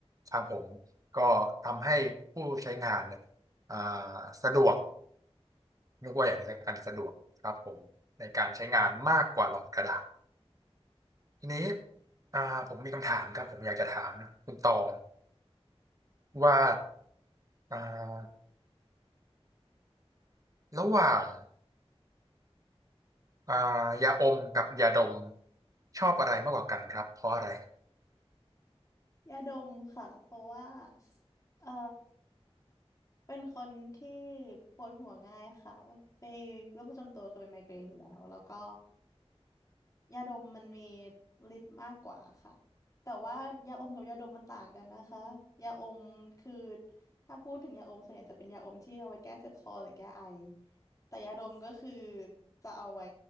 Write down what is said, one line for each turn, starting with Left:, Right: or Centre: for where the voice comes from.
Right: ครับผมก็ทำให้ผู้ใช้งานเนี่ย อ่าสะดวกเรียกว่าอย่างนี้แล้วกันสะดวกครับผมในการใช้งานมากกว่าหลอดกระดาษทีนี้อ่าผมมีคำถามครับผมอยากจะถามคุณตองว่าอ่าระหว่างอ่ายาอมกับยาดมชอบอะไรมากกว่ากันครับเพราะอะไร
Left: ยาดมค่ะ เพราะว่าเออเป็นคนที่ปวดหัวง่ายค่ะไปโรคประจำตัวคือเป็นไมเกรนอยู่แล้ว แล้วก็ยาดมมันมีฤทธิ์มากกว่าค่ะ แต่ว่ายาอมกับยาดมมันต่างกันนะคะ ยาอมคือถ้าพูดถึงยาอมส่วนใหญ่จะเป็นยาอมที่เอาไว้แก้เจ็บคอหรือแก้ไอ แต่ยาดมก็คือจะเอาไว้